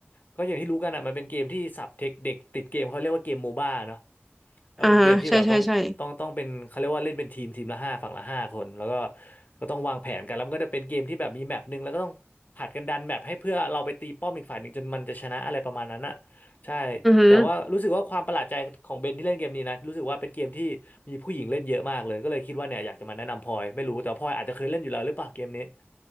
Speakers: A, on the left; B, in the centre.
A: ก็อย่างที่รู้กันอ่ะมันเป็นเกมที่สับเทคเด็กติดเกมเขาเรียกว่าเกมโมบ้าเนาะเพราะเป็นเกมที่แบบต้องต้องต้องเป็นเขาเรียกว่าเล่นเป็นทีมทีมละห้าฝั่งละห้าคนแล้วก็
B: อ่าฮะใช่ใช่ใช่
A: ก็ต้องวางแผนกันแล้วมันก็จะเป็นเกมที่แบบมีแมปหนึ่งแล้วก็ต้องผัดกันดันแมปให้เพื่อเราไปตีป้อมอีกฝ่ายหนึ่งจนมันจะชนะอะไรประมาณนั้นอ่ะใช่
B: อือฮึ
A: แต่ว่ารู้สึกว่าความประหลาดใจของเบนที่เล่นเกมนี้นะรู้สึกว่าเป็นเกมที่มีผู้หญิงเล่นเยอะมากเลยก็เลยคิดว่าเนี่ยอยากจะมาแนะนำพลอยไม่รู้แต่ว่าพลอยอาจจะเคยเล่นอยู่แล้วหรือเปล่าเกมนี้